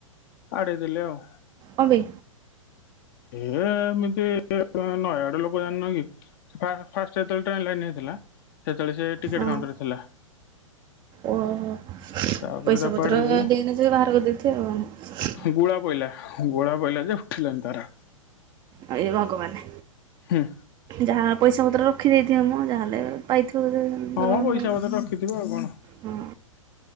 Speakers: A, on the left; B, on the right.
A: ଆଡ଼େଇ ଦେଲେ ଆଉ।
B: କଣ ପେ?
A: ଏ ହେମିତି ନୟାଗଡ ଲୋକ ଜାଣିନ କି! ଫା ଫାଷ୍ଟ ଯେତେବେଳେ ଟ୍ରେନ୍ ଲାଇନ୍ ହେଇଥିଲା, ସେତେବେଳେ ସେ ଟିକେଟ୍
B: ହଁ
A: କାଉଣ୍ଟରେ ଥିଲା।
B: ଓହୋ!
A: ତାପରେ
B: ପଇସା
A: ତାକୁ
B: ପତ୍ର
A: ଆଡେଇ ଦେଲେ
B: ଦେଇନ ନଥିବେ, ବାହାର କରିଦେଇଥିଏ ଆଉ। ଆଉ କଣ?
A: ଗୁଳା ପଇଲା। ଗୋଳା ପଇଲା ଯେ ଉଠିଲାନି ତାର।
B: ଆ ଇଏ ଭଗବାନେ
A: ହୁଁ
B: ଯାହା ପଇସା ପତ୍ର ରଖିଦେଇଥିବେ ମ! ଯାହାହେଲେ ପାଇଥିବ <unintelligible>
A: ହଁ, ମଁ ପଇସା
B: ଫରମା।
A: ପତର୍ ରଖିଥିବି, ଆଉ କଣ?
B: ହଁ